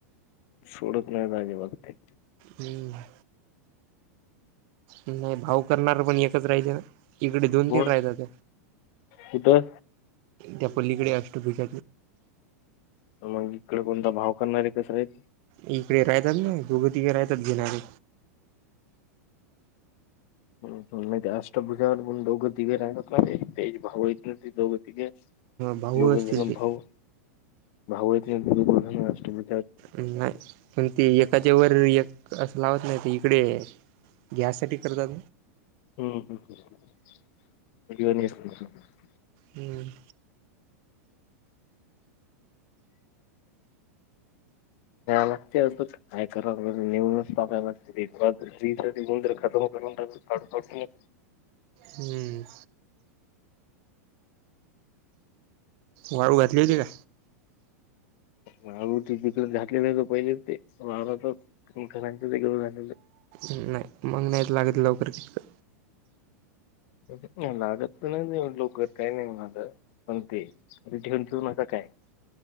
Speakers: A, on the left; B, on the right.
A: सोडत नाही दाजे बघते.
B: हम्म. नाही भाऊ करणार पण एकच राहिज ना. इकडे दोन
A: कोण?
B: तीन राहत्यात
A: कुठं?
B: त्या पलीकडे अष्टभष.
A: मग इकडे कोणता भाव करणारे कस राहील.
B: इकडे राहतात ना दोघ तिकडे राहतात जिणारे.
A: मा अष्टभुजा पण दोघं तिघे राहगत तेज भाव दोघं तिघे.
B: भाऊ
A: दोघ
B: असतील
A: ना
B: ते
A: भाऊ भाऊ आहे ब ना अष्टमी.
B: नाही. पण ते एकाच्या वर एक असं लावत नाही तर इकडे गॅससाठी करतात.
A: हम्म <unintelligible>
B: हम्म.
A: लागते अभुत. काय करा लाग नेऊनच पापाय लाग गंद खतम करून टाकला काटू कार्टून.
B: हम्म. वाळू घातली होती का?
A: वाळू तिकडे घातली नाही तर पहिलेच ते वेगळे होवू राहिले.
B: नाही मग नाहीच लागत लवकर तिकड
A: ऊन लागत नाही लोक काही नाही माझं पण ते ठेऊन ठेवून असं काय?